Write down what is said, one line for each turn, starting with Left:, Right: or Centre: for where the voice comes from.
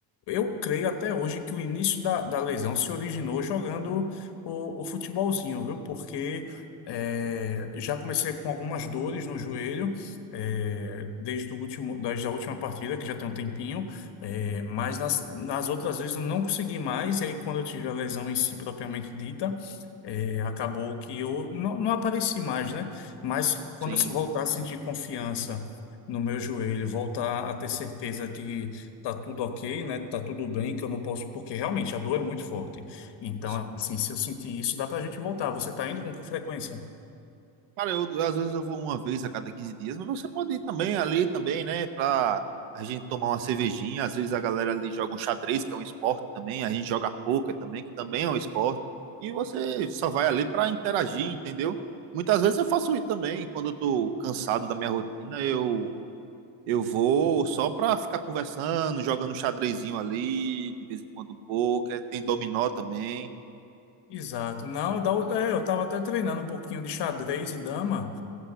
Left: eu creio até hoje que o início da, da lesão se originou jogando o, o futebolzinho, viu? Porque é, já comecei com algumas dores no joelho, é, desde o último, desde a última partida, que já tem um tempinho, é, mas nas, nas outras vezes eu não consegui mais, e aí quando eu tive a lesão em si propriamente dita, é, acabou que eu não, não apareci mais, né? Mas quando
Right: sim,
Left: eu voltar a sentir confiança no meu joelho, voltar a ter certeza que tá tudo ok, né? Tá tudo bem, que eu não posso, porque realmente a dor é muito forte. Então,
Right: sim.
Left: assim, se eu sentir isso, dá pra gente voltar. Você tá indo com que frequência?
Right: Cara, eu, eu, às vezes eu vou uma vez a cada 15 dias, mas você pode ir também ali também, né? Pra a gente tomar uma cervejinha. Às vezes a galera ali joga um xadrez, que é um esporte também. A gente joga pôquer também, que também é um esporte. E você só vai ali pra interagir, entendeu? Muitas vezes eu faço isso também. Quando eu tô cansado da minha rotina, eu, eu vou só pra ficar conversando, jogando um xadrezinho ali, de vez em quando um pôquer. Tem dominó também.
Left: Exato. Não, eu da- é, eu estava até treinando um pouquinho de xadrez e dama